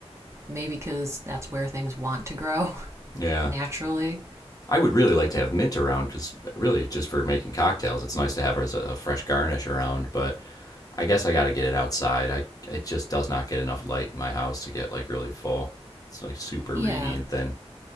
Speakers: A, on the right; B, on the left.
A: maybe because that's where things want to grow <laughs>
B: yeah.
A: naturally.
B: I would really like to have mint around because really just for making cocktails, it's nice to have as a, fresh garnish around. But I guess I got to get it outside. I it just does not get enough light in my house to get like really full. It's like super
A: Yeah,
B: reedy and thin.